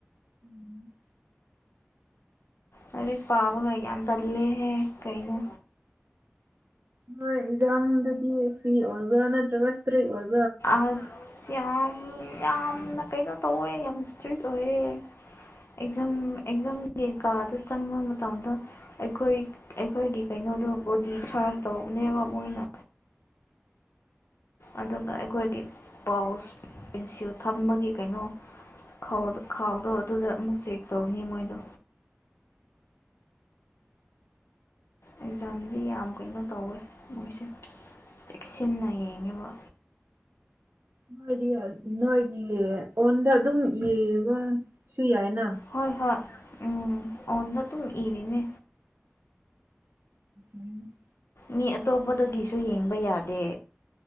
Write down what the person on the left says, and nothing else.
ꯂꯥꯏꯔꯤꯛ ꯄꯥꯕꯒ ꯌꯥꯝ ꯇꯜꯂꯦꯍꯦ ꯀꯩꯅꯣ
ꯑꯁ ꯌꯥꯝ ꯌꯥꯝꯅ ꯀꯩꯅꯣ ꯇꯧꯋꯦ ꯌꯥꯝ ꯏꯁꯇ꯭ꯔꯤꯛ ꯑꯣꯏꯌꯦ ꯑꯦꯛꯖꯥꯝ ꯑꯦꯛꯖꯥꯝꯒꯤ ꯀꯥꯗ ꯆꯪꯕ ꯃꯇꯝꯗ ꯑꯩꯈꯣꯏ ꯑꯩꯈꯣꯏꯒꯤ ꯀꯩꯅꯣꯗꯣ ꯕꯣꯗꯤ ꯁꯥꯔꯖ ꯇꯧꯕꯅꯦꯕ ꯃꯣꯏꯅ ꯑꯗꯨꯒ ꯑꯩꯈꯣꯏꯒꯤ ꯄꯥꯎꯁ ꯄꯦꯟꯁꯤꯜ ꯊꯝꯕꯒꯤ ꯀꯩꯅꯣ ꯈꯥꯎ ꯈꯥꯎꯗꯣ ꯑꯗꯨꯗ ꯑꯃꯨꯛ ꯆꯦꯛ ꯇꯧꯅꯤ ꯃꯣꯏꯗꯣ ꯑꯦꯛꯖꯥꯝꯗꯤ ꯌꯥꯝ ꯀꯩꯅꯣ ꯇꯧꯋꯦ ꯃꯣꯏꯁꯦ ꯆꯦꯛꯁꯤꯟꯅ ꯌꯦꯡꯉꯦꯕ
ꯍꯣꯏ ꯍꯣꯏ ꯎꯝ ꯑꯣꯟꯗ ꯑꯗꯨꯝ ꯏꯔꯤꯅꯦ
ꯃꯤ ꯑꯇꯣꯞꯄꯗꯒꯤꯁꯨ ꯌꯦꯡꯕ ꯌꯥꯗꯦ